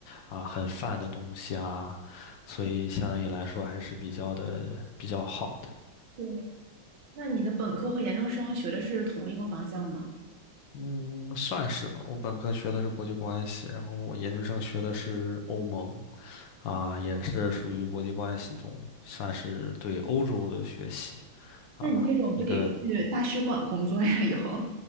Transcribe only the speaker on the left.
啊很泛的东西啊，所以相对于来说还是比较的比较好的。
嗯，算是吧。我本科学的是国际关系，然后我研究生学的是欧盟，啊，也是属于国际关系中，算是对欧洲的学习啊，
一个